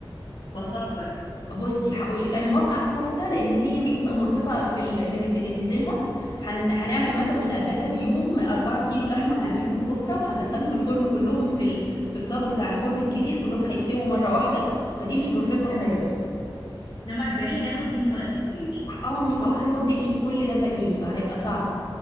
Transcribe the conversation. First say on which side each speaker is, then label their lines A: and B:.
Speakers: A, on the left; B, on the left.
A: بفكر
B: بصي هقول لك انا موافقه على الكفته لان هي مش هتبقى مرهقه في ال... في انك تجهزي لها هن... هنعمل مثلا من قبلها بيوم 4 كيلو لحمه هنعملهم كفته وهندخلهم الفرن كلهم في ال... في الصاج بتاع الفرن الكبير كلهم هيستووا مره واحده فدي مش مرهقه خالص
A: تمام انما البانيه هياخد مني وقت كتير
B: اه مش معقول هنقعد نقلي في كل ده بانيه فهيبقى صعب